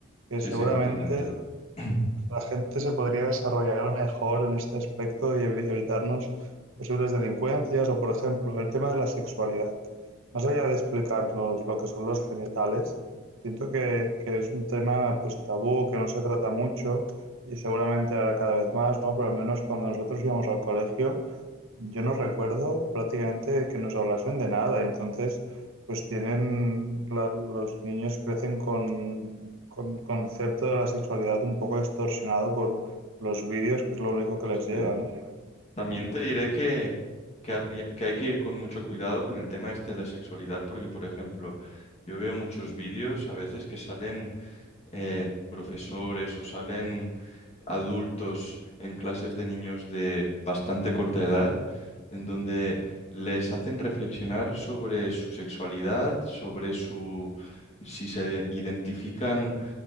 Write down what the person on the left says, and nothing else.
Sí,
sí, totalmente. <clears throat>
Sí.
También te diré que, que, habría- que hay que ir con mucho cuidado con el tema este de la sexualidad, porque, por ejemplo, yo veo muchos vídeos a veces que salen eh, profesores o salen adultos en clases de niños de bastante corta edad, en donde les hacen reflexionar sobre su sexualidad, sobre su si se identifican